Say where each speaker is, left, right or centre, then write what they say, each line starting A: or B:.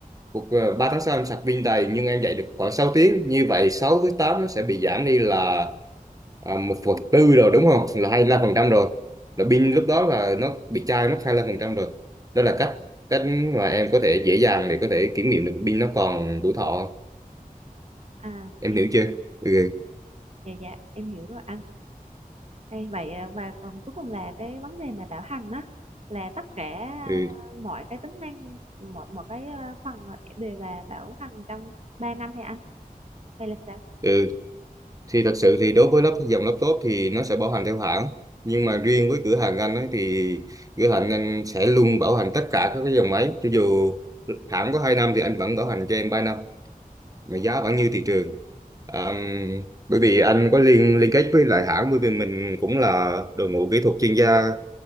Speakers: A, on the right (about 25°); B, on the right (about 45°).
A: Cuộc 3 tháng sau em sạc pin đầy nhưng em dạy được khoảng 6 tiếng. Như vậy 6 với 8 nó sẽ bị giảm đi là à, 1 phần tư rồi đúng không? Là 25% rồi. Là pin lúc đó là nó bị chai mất 25% rồi. Đó là cách cách mà em có thể dễ dàng để có thể kiểm nghiệm được pin nó còn đủ thọ.
B: À,
A: Em
B: dạ
A: hiểu chưa? Ừ.
B: dạ dạ, em hiểu rồi anh. Đây, vậy à, và còn cuối cùng là cái vấn đề mà bảo hành á là tất cả à,
A: Ừ.
B: mọi cái tính năng mọi mọi cái à, phần đều là bảo hành trong 3 năm hay anh hay là sao?
A: ừ. thì thật sự thì đối với lắp dòng laptop thì nó sẽ bảo hành theo hãng nhưng mà riêng với cửa hàng anh ấy thì cửa hàng anh sẽ luôn bảo hành tất cả các cái dòng máy cho dù hãng có 2 năm thì anh vẫn bảo hành cho em 3 năm mà giá vẫn như thị trường à, bởi vì anh có liên liên kết với lại hãng bởi vì mình cũng là đội ngũ kỹ thuật chuyên gia